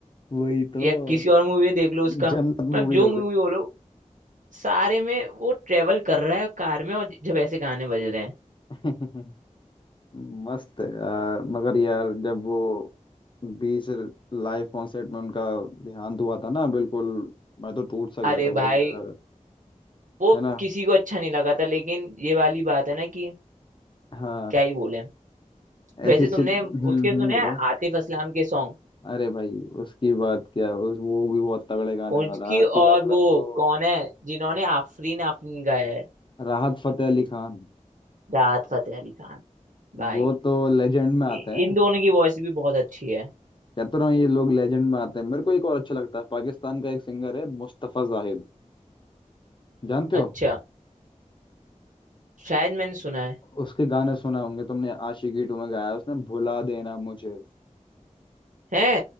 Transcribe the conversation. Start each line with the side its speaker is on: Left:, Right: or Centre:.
Left: वही तो
Right: या किसी और मूवी में देख लो उसका मतलब
Left: जन्नत मूवी
Right: जो
Left: हो
Right: मूवी बोलो सारे में वो ट्रेवल कर रहा है कार में और जब ऐसे गाने बज रहे हैं
Left: गई <laughs> मस्त है यार मगर यार जब वो बीच लाइव कॉन्सर्ट में उनका देहांत हुआ था ना बिल्कुल मैं तो टूट सा गया
Right: अरे
Left: था भाई
Right: भाई
Left: यार
Right: वो
Left: है ना
Right: किसी को अच्छा नहीं लगा था लेकिन ये वाली बात है ना कि
Left: हाँ
Right: क्या ही बोले वैसे
Left: ऐसी सिद
Right: तुमने
Left: हम्म
Right: उसके
Left: हम्म
Right: सुने
Left: बताओ
Right: हैं आतिफ असलाम के सॉन्ग
Left: अरे भाई उसकी बात क्या उस वो भी बहुत तगड़े गाने
Right: उसकी
Left: वाला आतिफ
Right: और
Left: असलम
Right: वो
Left: तो
Right: कौन है जिन्होंने आफरीन आफरीन गाया है
Left: राहत फतेह अली खान
Right: राहत फतेह अली खान भाई
Left: वो तो लेजेंड में आते
Right: इ-
Left: हैं
Right: इन दोनों की वॉइस भी बहुत अच्छी है
Left: कहता रहा हूँ ये लोग लेजेंड में आते हैं मेरे को एक और अच्छा लगता है पाकिस्तान का एक सिंगर है मुस्तफा जाहिद जानते
Right: अच्छा
Left: हो
Right: शायद मैंने सुना है
Left: उसके गाने सुने होंगे तुमने आशिकी टू में गाया है उसने भुला देना मुझे
Right: है